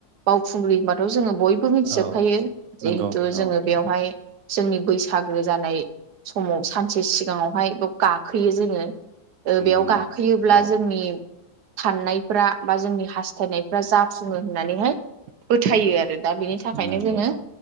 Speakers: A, on the right; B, on the right.
A: बावखुंग्रि होनबाथ' जोङो बयबो मिथिजोबखायो
B: औ नंगौ
A: जिहेथु जोङो
B: औ
A: बेवहाय जोंनि बैसागो जानाय समाव सानसे सिगाङावहाय बेयाव गाखोयो जोङो
B: नंगौ
A: बेयाव गाखोयोब्ला
B: ना औ
A: जोंनि साननायफ्रा बा जोंनि हास्थायनायफ्रा जाफुङो होननानैहाय फोथायो आरो दा बेनि थाखाय
B: नंगौथ'
A: नि थाखायनो जोङो